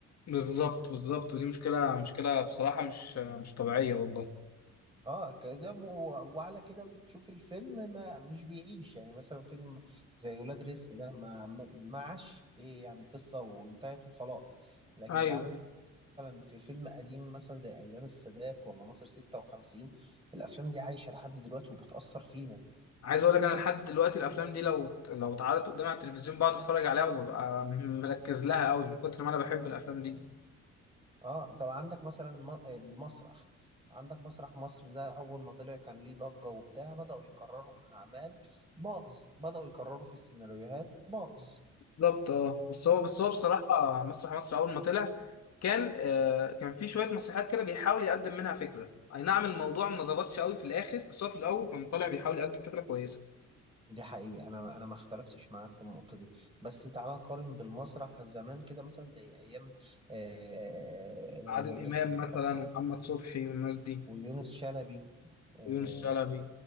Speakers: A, on the left (about 60°); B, on the right (about 20°).
A: بالظبط بالظبط ودي مشكلة مشكلة بصراحة مش مش طبيعية والله
B: اه كده و- وعلى كده بتشوف الفيلم ما مش بيعيش يعني مثلا فيلم زي ولاد رزق ده ما ما ما عاش ايه يعني قصة وانتهت وخلاص لكن
A: أيوة
B: تعالى نتكلم مثلا في فيلم قديم مثلا زي ايام السادات ولا ناصر 56 الافلام دي عايشة لحد دلوقتي وبتأثر فينا
A: عايز أقول لك أنا لحد دلوقتي الأفلام دي لو لو اتعرضت قدامي على التلفزيون بقعد أتفرج عليها وببقى مركز لها أوي من كتر ما أنا بحب الأفلام دي
B: اه طب عندك مثلا م- المسرح عندك مسرح مصر ده اول ما طلع كان ليه ضجة وبتاع بدأوا يكرروا الاعمال باظ بدأوا يكرروا في السيناريوهات باظ
A: بالظبط أه بس هو بس هو بصراحة مسرح مصر أول ما طلع كان آه كان في شوية مسرحيات كده بيحاول يقدم منها فكرة أي نعم الموضوع ما ظبطش أوي في الآخر بس هو في الأول كان طالع بيحاول يقدم فكرة كويسة
B: دي حقيقة أنا أنا ما اختلفتش معاك في النقطة دي بس تعال نقارن بالمسرح زمان كده مثلا زي أيام آه،
A: عادل
B: آه، مدرسة
A: إمام مثلا ومحمد صبحي والناس دي
B: ويونس شلبي آه,
A: ويونس شلبي